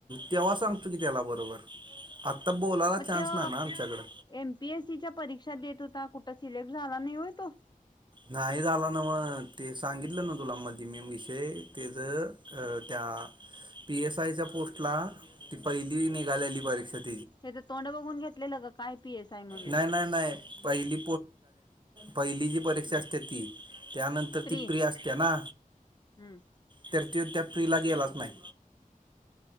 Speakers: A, on the right; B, on the left.
A: तेव्हा सांगतो की त्याला बरोबर. आत्ता बोलायला
B: म
A: चान्स
B: त्यो
A: नाही ना आमच्याकडं
B: एमपी एसीच्या परीक्षा देत होता कु सिलेक्ट झाला नाही होय तो.
A: नाही झाला नव म ते सांगितलं ना, तुला मध्ये मी विषय त्याज्य त्या ह पी एस आय च्या पोस्टला ती पहिली निघालेली परीक्षेत
B: त्याचं तोंड बघून घेतलेलं ग काय पी एस आय म्हणून?
A: नाही नाही नाही पहिली पहिली जी प ज
B: हम्म
A: असते ती त्यांतर
B: प्री
A: ती प्रि असते ना,
B: हम्म
A: त्या ते <unintelligible> तिला गेलाच नाही.